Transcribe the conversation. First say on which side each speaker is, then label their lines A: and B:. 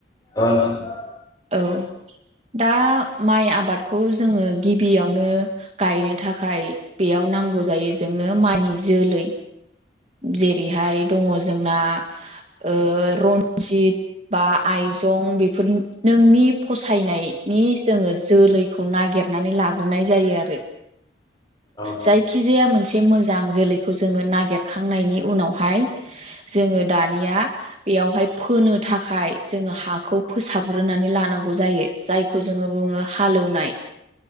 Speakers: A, on the left; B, on the right.
A: ओ नोंथां
B: औ दा माइ आबादखौ जोङो गिबियावनो गायनो थाखाय बे याव नांगौ जायो जोंनो माइ जोलै जेरैहाय दं जोंना ओ रन्जित बा आइजं बेफोर नोंनि फसायनायनि जोङो जोलैखौ नागिरनानै लाग्रोनाय जायो आरो
A: अ
B: जायखिजाया मोनसे से मोजां जोलैखौ जोङो नागिरखांनायनि उनावहाय जोङो दानिया बेयावहाय फोनो थाखाय जोङो हाखौ फोसाबग्रोनानै लानांगौ गौ जायो जायखौ जोङो बुङो हालौवनाय